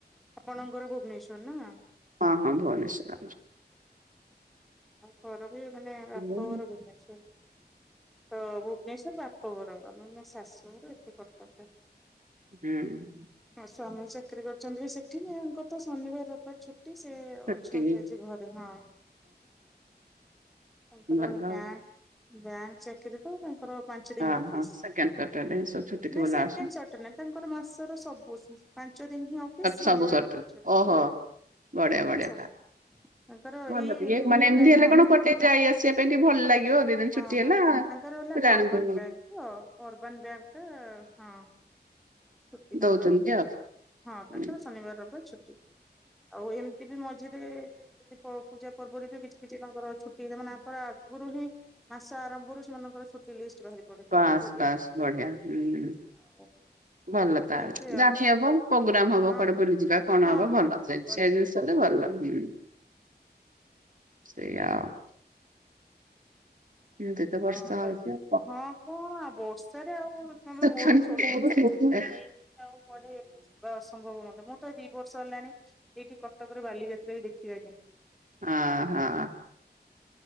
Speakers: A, in the centre; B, on the right (about 50°).
A: ଆପଣଙ୍କ ଘର ଭୁବନେଶ୍ଵର ନୁହଁ?
B: ହଁ ହଁ ଭୁବନେଶ୍ୱର
A: ହର ବି ମାନେ ବାପଘର
B: ହଁ ହଁ
A: ଭୁବନେଶ୍ଵର ତ ଭୁବନେଶ୍ଵର ବାପଘର ଆମେ ଏନେ ଶାଶୁ ଘର ଏଠି କଟକରେ
B: ହୁଁ
A: ମୋ ସ୍ୱାମୀ ଚାକିରି କରିଚନ୍ତି ବି ସେ ଥିମି ଆଙ୍କର ତ ଶନିବାର ରବାର ଛୁ ଟି ସେ
B: ସେତିକି
A: ଅଛନ୍ତି ଆଜି ଘରେ ହଁ। ତାଙ୍କର
B: ଭଲ।
A: ବ୍ୟାଁ ବ୍ୟାଙ୍କ୍ ଚାକିରି ତ ତାଙ୍କର ପାଞ୍ଚ
B: ହଁ
A: ଦିନ୍ ଅଫିସ୍।
B: ହଁ ସେକେଣ୍ଡ ସଟରଡେ ଛୁଟି ଥିବ
A: ନାଇଁ ସେକେଣ୍ଡ୍
B: ଲାଷ୍ଟ
A: ସଟ୍ ନାଁ ତାଙ୍କର ମାସର ସବୁ ସିସ୍ ଚ ଦିନ୍ ହିଁ ଅଫିସ୍ ଶନିବାର
B: ସବୁ ସଟର
A: ରବାର ଛୁଟ୍
B: ଓହୋ
A: ହଁ।
B: ବଢିଆ
A: ତାଙ୍କର
B: ବଢିଆ
A: ସବୁ
B: ତା
A: ତାଙ୍କର
B: ଭଲ
A: ଏଇ
B: ଟିକେ ମାନେ
A: ଇଏ
B: ଏମିତି
A: ପାଇଁ
B: ହେଲେ
A: ନୁଅ
B: କଣ କୁଆଡେ ଯାଇ ଆସିବା ପାଇଁ ଟିକେ ଭଲ ଲାଗିବ ଦି ଦିନ ଛୁଟି
A: ହଁ
B: ହେଲା
A: ହଁ ତାଙ୍କର ହେଲା
B: ପିଲାମାନଙ୍କୁ
A: ଅର୍ବାନ୍ ବ୍ୟାଙ୍କ୍ ତ ଅର୍ବା ଆନ୍ ବ୍ୟାଙ୍କ୍ ଟା ହଁ। ଛୁଟି ତାଙ୍କର
B: ଦଉଛନ୍ତି ଆଉ।
A: ହଁ
B: ହୁଁ,
A: ତାଙ୍କର ଶନିବାର ରବାର ଛୁଟି ଆଉ ଏମ୍ ତି ବି ମଝିରେ ଯଦି ପ ପୂଜା ପର୍ବରେ ବି କିଛି କିଛି ତାଙ୍କର ଛୁଟି ଏ ମାନେ ଆଙ୍କର ଆଗୁରୁ ହିଁ ମାସ ଆରମ୍ଭରୁ ସେମାନଙ୍କ ଓ ଛୁଟି ଲିଷ୍ଟ୍ ବାହାରି ପଡ଼େ
B: ବାସ୍
A: ଏ ଏଇଠି
B: ବାସ୍
A: ହିଁ
B: ବଢିଆ ହୁଁ
A: ଆଉ
B: ଭଲ ତାହେଲେ
A: ଏମିତି
B: ଜାଣି
A: ଆଉ
B: ହବ ମୁଁ ପଗୁ ଲାମ୍ ହବ
A: ହଁ
B: କୁଆଡ଼େ ବୁଲିଯିବା କଣ
A: ହଁ
B: ହବ
A: ହଁ ହଁ
B: ଭଲ ଚାଲ୍ଚ
A: କରିପାରିବି
B: ସେ ଜିନିଷ
A: ହବ
B: ହେଲେ ଭଲ। ସେଇଆ ଆଉ ଏମିତି ବର୍ଷା
A: ହଁ ତ
B: ହଉଛି ଆଉ
A: ହଁ କଣ ବର୍ଷାରେ ଆଉ ତମେ ମୋର
B: କଣ
A: ଛୋଟ ଛୁଆ ନେଇକି ଆଉ କୁଆଡ଼େ ଯିବା ଅସମ୍ଭବ ମତେ ମୁଁ ତ ଦି ବର୍ଷ ହେଲାଣି ଏଇଠି କଟକର ବାଲିଯାତ୍ରା ବି ଦେଖିିଆନି।
B: ଅହ।